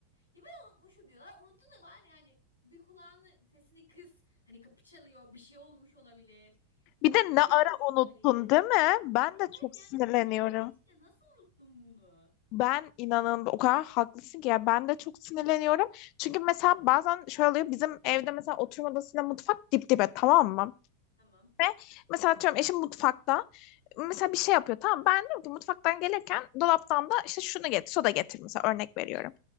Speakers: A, on the left; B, on the left.
A: Ya ben unutmuşum diyorlar. Unuttun da bari hani bir kulağını sesini kıs. Hani kapı çalıyor. Bir şey olmuş olabilir.
B: bir de
A: Biri
B: ne
A: gelmiş
B: ara unuttun
A: olabilir.
B: değil mi? Ben
A: Evet
B: de çok
A: yani
B: sinirleniyorum.
A: 3 dakika içinde nasıl unuttun bunu?
B: Ben inanın o kadar haklısın ki ya ben de çok sinirleniyorum. Çünkü mesela bazen şöyle oluyor bizim evde mesela oturma odasıyla mutfak dip dibe tamam mı?
A: Tamam.
B: Ve mesela atıyorum eşim mutfakta mesela bir şey yapıyor tamam ben diyorum ki mutfaktan gelirken dolaptan da işte şunu getir soda getir mesela örnek veriyorum.